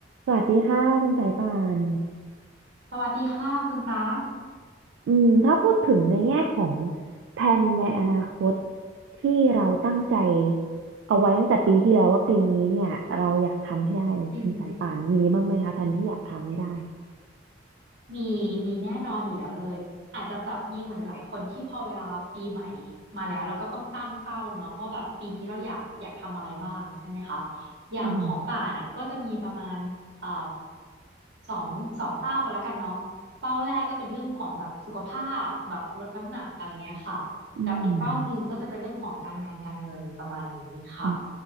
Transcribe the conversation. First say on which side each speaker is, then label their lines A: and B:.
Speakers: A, on the right; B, on the right.
A: สวัสดีค่ะคุณสายป่าน
B: สวัสดีค่ะคุณตาร์ก
A: อืมถ้าพูดถึงในแง่ของแผนในอนาคตที่เราตั้งใจเอาไว้ตั้งแต่ปีที่แล้วว่าปีนี้เนี่ยเราอยากทำให้ได้คุณสายป่านมีบ้างไหมคะแผนที่อยากทำให้ได้
B: อือหือมีมีแน่นอนอยู่แล้วเลยอาจจะแบบมีเหมือนหลายๆคนที่พอเวลาปีใหม่มาแล้วเราก็ต้องตั้งเป้าเนาะว่าแบบปีนี้เราอยากอยากทำอะไรบ้างใช่ไหมคะอย่างของป่านอ่ะก็จะมีประมาณอ่า
A: อืม
B: สองสองเป้าก็แล้วกันเนาะเป้าแรกก็เป็นเรื่องของแบบสุขภาพแบบลดน้ำหนักอะไรเงี้ยค่ะ
A: อืม
B: กับอีกเป้าหนึ่งก็จะเป็นเรื่องของการงานการเงินประมาณนี้ค่ะ
A: อื